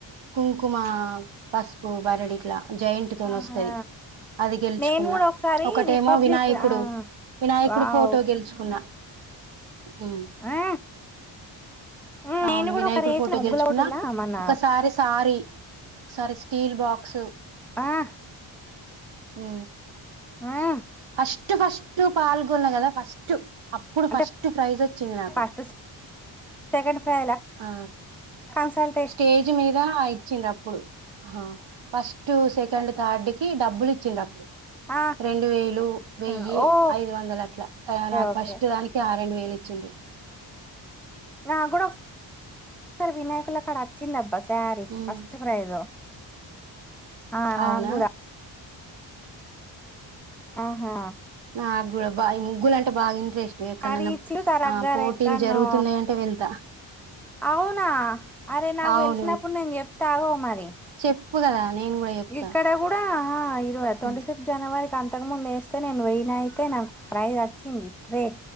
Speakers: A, on the right; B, in the centre.
A: కుంకుమ పసుపు బరడి ఇట్ల జైంట్ తోని
B: ఆహా
A: వస్తది అది గెలుచుకున్న
B: నేను కూడా ఒకసారి
A: ఒకటేమో
B: రిపబ్లిక్
A: నాయకుడు
B: ఆ
A: వినాయకుడు
B: వావ్
A: ఫోటో గెలుచుకున్నా ఉమ్
B: ఆ ఉమ్,
A: అవును
B: నేను కూడా
A: వినాయకుడు
B: ఒకరు వేసిన
A: ఫోటో
B: ముగ్గుల
A: గెలుచుకున్నా
B: పోటీలా మన
A: ఒకసారి సారీ సారి స్టీల్ బాక్స్
B: ఆ
A: ఉ
B: ఆ
A: ఫస్ట్ ఫస్ట్ పాల్గొన్న కదా ఫస్ట్ అప్పుడు
B: అంటే
A: ఫస్ట్ ప్రైజ్ వచ్చింది నాకు
B: ఫస్ట్ సెకండ్ ప్రైజ్ ల
A: ఆ
B: కన్సల్
A: స్టేజ్ మీద ఇచ్ ఇచ్చిన్రు అప్పుడు హా ఫస్ట్ సెకండ్ థర్డ్ కి డబ్బులు ఇచ్చినప్పుడు ఇచ్చిన్రపుడు
B: ఆ
A: రెండు వేలు వెయ్యి
B: ఆ, ఓకే
A: ఐదు వందలు అట్లా నాకు
B: ఓకే
A: ఫస్ట్ దానికి రెండు వేలు ఇచ్చిండ్రు
B: నా కూడా ఒకసా వినాయకుల కాడ అచ్చింది అబ్బా శారీ
A: ఉమ్
B: ఫస్ట్ ప్రైజ్ ఆ నాకు
A: అవునా
B: కూడా ఆహా
A: నా గుడా ఆబ్బ ఈ ముగ్గులు అంటె బాగా ఇన్ ట్రెస్ట్ ఎక్కనన్న
B: శారీ ఇచ్చిరు తరగ్గర
A: ఆ పోటీలు
B: ఎక్కడనో
A: జరుగుతున్నాయంటే వెళ్తా
B: అవునా అరే నాకు
A: అవును
B: తెలిసినప్పుడు నేను చెప్త అగొ మరి
A: చెప్పు కదా నేను కూడా చెప్తా
B: గిక్కడ కూడా ఆ ఇరవై ట్వంటీ
A: ఉమ్
B: సిక్స్ జనవరికి అంతకు ముందు వేస్తే నేను వెయిన అయితే నాకు ఫ్రైజ్ అచ్చింది ట్రే